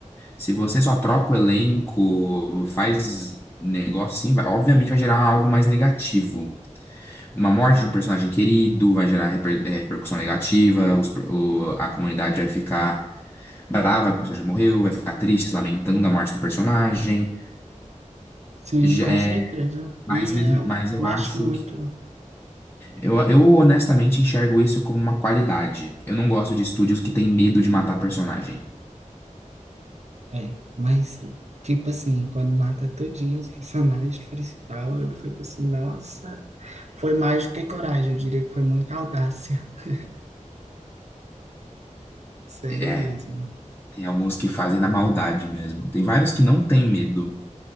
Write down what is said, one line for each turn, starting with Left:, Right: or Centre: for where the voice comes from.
Left: Se você só troca o elenco, faz negócio assim, vai- obviamente vai gerar algo mais negativo. Uma morte de um personagem querido vai gerar reper- eh, repercussão negativa, os per- o- a comunidade vai ficar brava que o personagem morreu, vai ficar triste, se lamentando da morte do personagem.
Right: Sim,
Left: Já-
Right: com
Left: eh,
Right: certeza.
Left: mas
Right: E
Left: mesmo,
Right: é,
Left: mas
Right: mexe
Left: eu acho
Right: muito.
Left: Eu, eu honestamente enxergo isso como uma qualidade. Eu não gosto de estúdios que têm medo de matar personagem.
Right: É, mas, tipo assim, quando mata todinho os personagens principal, eu fico assim, nossa. Foi mais do que coragem, eu diria que foi muita audácia. <laughs> Sério
Left: É,
Right: mesmo.
Left: tem alguns que fazem na maldade mesmo. Tem vários que não têm medo.